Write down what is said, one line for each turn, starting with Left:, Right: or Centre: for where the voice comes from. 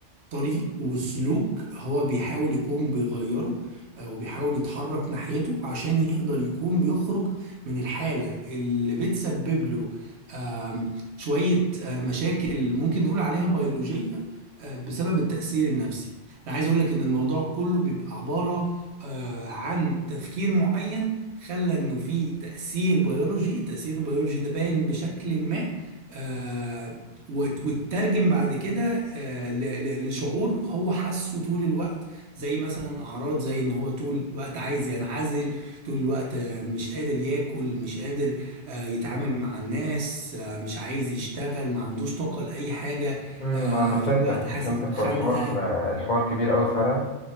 Right: طريق وسلوك هو بيحاول يكون بيغيره او بيحاول يتحرك ناحيته عشان يقدر يكون بيخرج من الحالة اللي بتسبب له آم، شوية آه، مشاكل ممكن نقول عليها بيولوجية آه، بسبب التأثير النفسي انا عايز اقول لك ان الموضوع كله بيبقى عبارة آه، عن تفكير معين خلى انه في تأثير بيولوجي التأثير البيولوجي ده باين بشكل ما آه، وت- وتترجم بعد كده آه، ل- ل- لشعور هو حاسه طول الوقت زي مثلا اعراض زي ان هو طول الوقت عايز ينعزل طول الوقت آه، مش قادر ياكل مش قادر آه، يتعامل مع الناس آه، مش عايز يشتغل ما عندوش طاقة لأي حاجة
Left: أمم،
Right: آه،
Left: أنا فهمتك
Right: طول الوقت حاسس
Left: فهمتك
Right: بخنقة
Left: هو الحوار الحوار كبير أوي فعلا